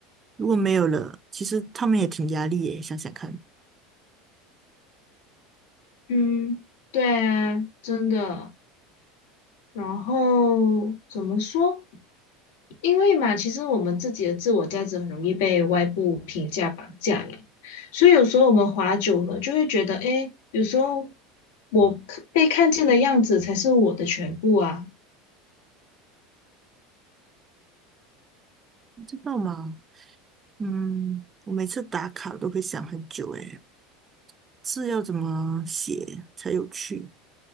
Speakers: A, on the right; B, on the left.
A: 如果没有了，其实他们也挺压力耶，想想看，
B: 嗯，对啊，真的。然后怎么说？因为嘛，其实我们自己的自我价值很容易被外部评价绑架了，所以有时候我们滑久了就会觉得，诶，有时候我可被看见的样子才是我的全部啊。
A: 你知道吗？嗯，我每次打卡都会想很久，诶，字要怎么写才有趣？